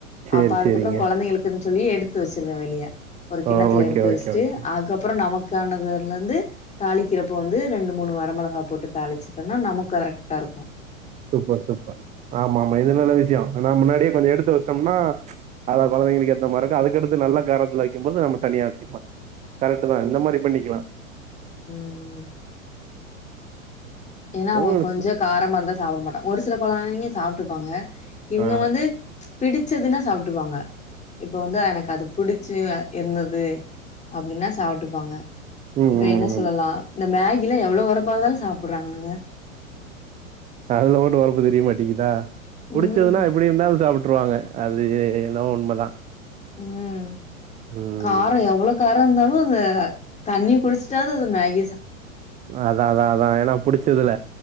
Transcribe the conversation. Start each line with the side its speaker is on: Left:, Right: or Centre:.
Right: சேரி
Left: அப்ப அதுக்கப்புறோ
Right: சேரிங்க
Left: கொழந்தைகளுக் குன் சொல்லி எடுத்து வச்சிருவ வெளிய ஒரு கிண்ணத்துல
Right: ஓ ஓகே
Left: எடுத்து வச்சுட்டு
Right: ஓகே ஓகே
Left: அதுக்கப்புறோ நமக் கானதுல இந்து தாளிக்கிறப்ப வந்து ரெண்டு மூணு வரமிளகா போட்டு தாளிச்சட்டோம்னா நமக் கு கரெக்ட்டா இருக்கு
Right: சூப்பர் சூப்பர் ஆமா ஆமா இது நல்ல விஷயோ ஆனா முன்னாடியே கொஞ்சோ எடுத்து வச்டோம்னா அதா கொழந்தைங்களுக்கு ஏத்த மாரி இருக்கு அதுக்கடுத்து நல்ல காரத்துல வைக்கும்போது நம்ம தனியா வச்சுக்கலா கரெக்ட்டு தா இந்த மாரி பண்ணிக்கலா
Left: ம் ம் ஏனா அவுங்க
Right: ம்
Left: கொஞ்சோ
Right: சு
Left: காரமா இருந்தா சாப்ட மாட்டாங்க ஒரு சில கொழந்தைங்க சாப்ட்டுபாங்க இவுங்க
Right: ஆ
Left: வந்து பிடிச்சதுன்னா சாப்ட்டுபாங்க இப்ப வந்து எனக்கு அது புடிச்சு இருந்துது அப்டின்னா சாப்டுப்பாங்க
Right: ம்
Left: இப்ப
Right: ம்
Left: என்ன சொல்லலா இந்த மேகிலா எவ்ளோ ஒரப்பா இருந்தாலு சாப் புறாங்கங்க
Right: அதுல மட்டு ஓரப்பு தெரிய மாட்டேங்கிதா புடிச்சதுன்னா
Left: ம்
Right: எப்டி இருந்தாலு சாப் ட்ருவாங்க அது என்னமோ உண்மதா
Left: ம்
Right: ம்
Left: காரோ எவ்ளோ காரோ இருந்தாலு அந்த தண்ணி குடிச்சிட்டாவது அந்த மேகி
Right: அதா அதா அதா ஏனா புடிச்சதுல